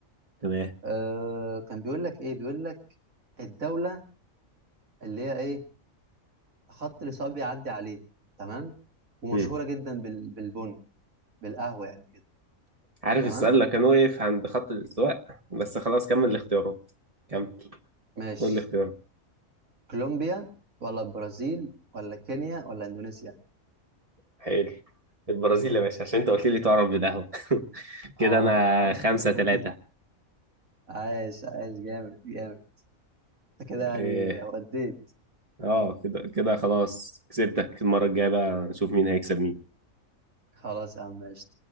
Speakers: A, on the right; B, on the right.
A: تمام
B: آه كان بيقول لك ايه بيقول لك الدولة اللي هي ايه خط الإصابة بيعدي عليه تمام ومشهورة
A: مم.
B: جدا بال... بالبن بالقهوة يعني كده
A: عارف
B: تمام
A: السؤال اللي كان واقف عند خط الاستواء بس خلاص كمل الاختيارات كمل
B: ماشي
A: قول الاختيارات
B: كولومبيا ولا البرازيل ولا كينيا ولا اندونيسيا
A: حلو البرازيل يا باشا عشان انت قلت لي تعرف بالقهوة <laughs> كده
B: اه
A: انا خمسة
B: <laughs>
A: تلاتة
B: عايش عايش جامد جامد انت كده يعني
A: إيه،
B: وديت
A: اه كده كده خلاص كسبتك المرة الجاية بقى نشوف مين هيكسب مين
B: خلاص يا عم ماشي